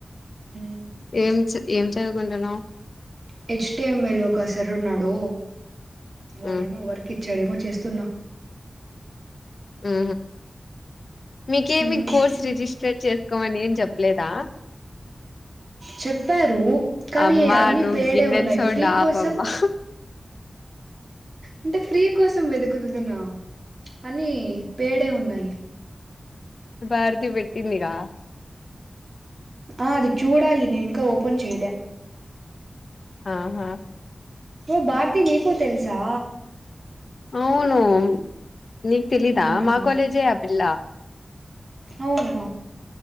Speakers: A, on the right (about 55°); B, on the left (about 70°).
A: హ్మ్
B: ఏం చ్ ఏం చదువుకుంటున్నా
A: హెచ్టిఎంఎల్ ఒకసారి ఉన్నాడు వాడే
B: ఉమ్
A: మోగర చెడేమో చేస్తున్నా
B: ఆ మీకేమి
A: హ్మ్
B: కోర్స్ రిజిస్టర్ చేసుకోమని ఏం చెప్ పలేదా
A: చెప్పారు కానీ
B: అమ్మా
A: అన్నిీ
B: నువ్వు
A: పేడే
B: గిన్నెలు
A: ఉన్నాయి
B: సౌండ్
A: ఫ్రీ
B: ఆపమ్మా
A: కోసం అంటే ఫ్రీ కోసం వెతుకుతుదున్నా అని పేడే ఉన్నాయి
B: భారతి పెట్టిందిరా
A: ఆది చూడాలి నేను ఇంకా ఒపన్ చేలే
B: ఆ ఆా
A: ఓ భారతి నీకు తెలుసా
B: అవును నకు తెలీదా
A: అవునా
B: మా కాలేజే అబిల్లా
A: అవునా